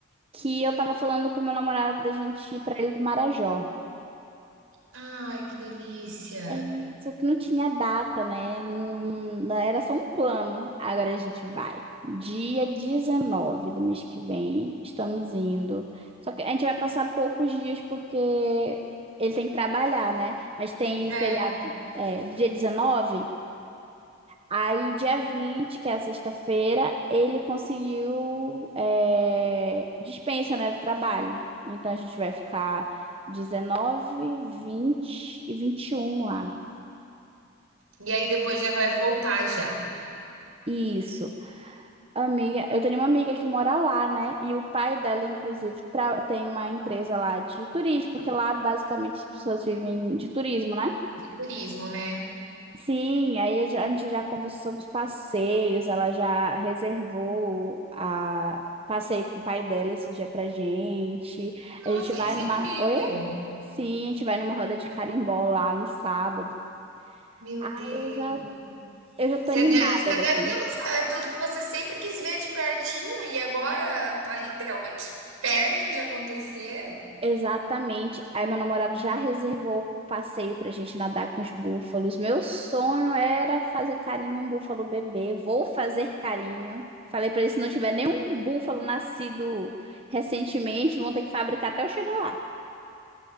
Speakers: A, on the right (about 25°); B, on the right (about 75°).
A: que eu tava falando com meu namorado da gente ir pra Ilha do Marajó.
B: Ai, que delícia.
A: É, só que não tinha data, né? Não- era só um plano. Agora a gente vai. Dia 19 do mês que vem, estamos indo. Só que a gente vai passar poucos dias porque ele tem que trabalhar, né? Mas tem o
B: É.
A: feriado, é, do dia dezenove Aí, dia vinte que é a sexta-feira, ele conseguiu, é, dispensa, né, do trabalho. Então a gente vai ficar dezenove vinte e vinte e um lá.
B: E aí depois já vai voltar já.
A: Isso. Amiga, eu tenho uma amiga que mora lá, né? E o pai dela, inclusive, tra- tem uma empresa lá de turismo, porque lá basicamente as pessoas vivem de turismo, né?
B: De turismo, né?
A: Sim, aí a gente a gente já conversou sobre os passeios, ela já reservou a o passeio com o pai dela esse dia pra gente.
B: Nossa,
A: A gente vai
B: isso
A: numa.
B: é incrível.
A: Oi? Sim, a gente vai numa roda de carimbó lá no sábado.
B: Meu
A: Aí
B: Deus.
A: eu já, eu já tô
B: Você
A: animada
B: deve, você
A: daqui.
B: deve ter um- é tudo que você sempre quis ver de pertinho e agora tá literalmente perto de acontecer.
A: Exatamente. Aí meu namorado já reservou o passeio pra gente nadar com os búfalos. Meu sonho era fazer carinho em um búfalo bebê. Vou fazer carinho. Falei pra ele, se não tiver nenhum búfalo nascido recentemente, vão ter que fabricar até eu chegar lá.